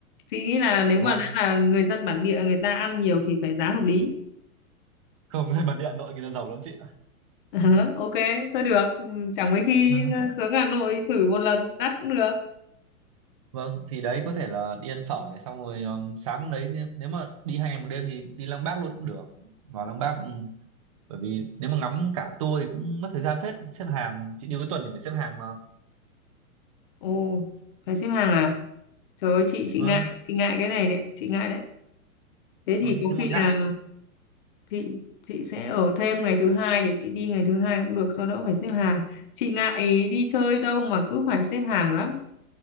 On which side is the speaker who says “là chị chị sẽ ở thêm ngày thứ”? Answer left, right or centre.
Left